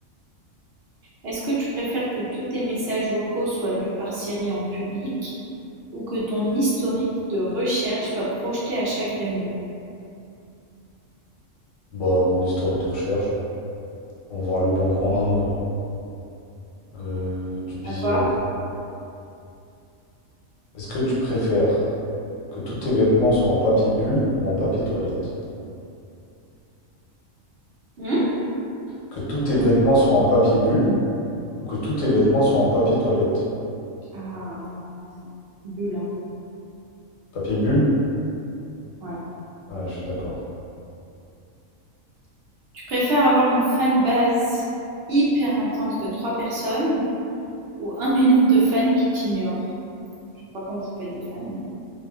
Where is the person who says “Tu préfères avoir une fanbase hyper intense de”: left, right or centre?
Right